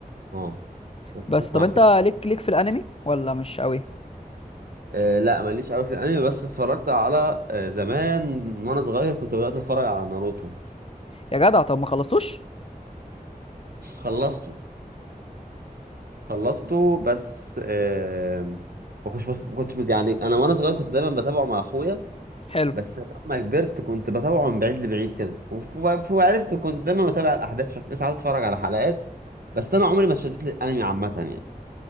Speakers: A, on the right (about 75°); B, on the left (about 40°).
A: اه متفق
B: بس طب
A: معاك
B: انت
A: كده
B: ليك ليك في الانمي ولا مش قوي
A: آه لا ماليش قوي في الانمي بس اتفرجت على آه زمان وانا صغير كنت بدأت اتفرج على ناروتو
B: يا جدع طب ما خلصتوش
A: خلصته خلصته بس آه ما كنتش بس ما كنتش بت- يعني انا وانا صغير كنت دايما بتابعه مع اخويا
B: حلو
A: بس لما كبرت كنت بتابعه من بعيد لبعيد كده وف- وف- وعرفت كنت دايما بتابع الاحداث شوف ساعات اتفرج على حلقات بس انا عمري ما اتشددت للانمي عامه يعني